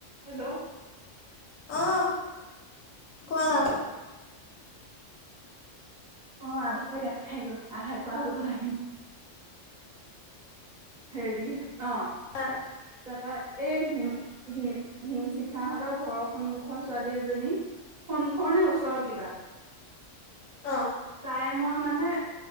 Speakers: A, on the right; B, on the left.
A: Hello.
B: অ' কোৱা।
A: অ' আধাতে কাট খাই গ'ল আধা কোৱা হ'ল কথাখিনী। হেৰি অ।
B: <unintelligible>
A: তাৰপৰাএই হিম হিম হিম শিখাাহঁতৰ ঘৰৰ সন্মুখৰ ছোৱালী এজনী সন্মুখৰ নে ওচৰৰ কিবা।
B: অ'।
A: তাই মই মানে